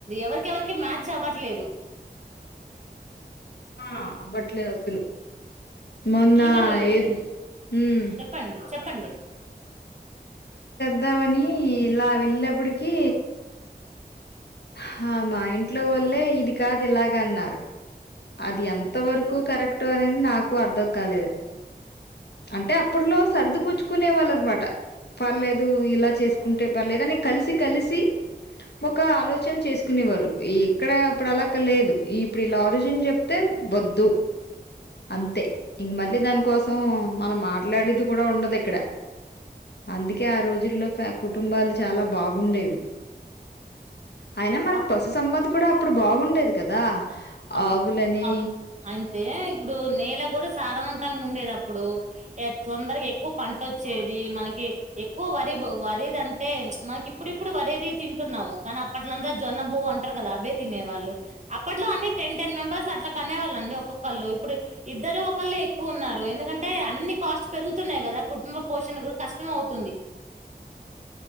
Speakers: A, on the right; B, on the left.
A: ఎవరికేవరికి మ్యాచ్ అవ్వట్లేదు
B: ఆ అవ్వట్లేదు అసలు మొన్న
A: ఈవెన్
B: ఏ హమ్
A: చెప్పండి చెప్పండి
B: వద్దామని ఇలా వెళ్ళినప్పటికి హా మా ఇంట్లో వోళ్లే ఇది కాదు ఇలాగ అన్నారు అది ఎంత వరకు కరెక్టో అనేది నాకు అర్థం కాలేదు, అంటే అప్పట్లో సర్ది పుచ్చుకునే వాళ్ళ అనమాట పర్లేదు ఇలా చేసుకుంటే పర్లేదు అని కలిసి కలిసి ఒక ఆలోచ చేసుకునేవారు ఈ ఇక్కడ అప్పుడు అలాక లేదు ఈ ఇప్పుడు ఇలా ఆరిజన్ చెప్తే వద్దు అంతే ఇంక మళ్ళీ దానికోసం మనం మాట్లాడేది కూడా ఉండదు ఇక్కడ అందుకే ఆ రోజుల్లో కుటుంబాలు చాలా బాగుండేవి, అయినా మనకి
A: అప్
B: పశు సంబంధ కూడా అప్పుడు బాగుండేది కదా
A: అప్పు
B: ఆవులని,
A: అ అయితే ఇప్పుడు నేల కూడా సారవంతంగా ఉండేది, అప్పుడు తొందరగ ఎక్కువ పంట వచ్చేది మనకి ఎక్కువ వరి వరేది అంటే మనకి ఇప్పుడుప్పుడు వరేది తింటున్నాము కానీ అప్పట్లంత జొన్న బువ్వ అంటారు కదా అవి తినేవాళ్ళు అప్పట్లో అనే టెన్ టెన్ మెంబర్స్ అట్లా కనేవాళ్ళండి ఒక్కొక్కళ్ళు ఇప్పుడు ఇద్దరు ఒకళ్ళు ఎక్కువ ఉన్నారు ఎందుకంటే అన్ని కాస్ట్ పెరుగుతున్నాయి కదా కుటుంబ పోషణ కూడా కష్టం అవుతుంది
B: <unintelligible>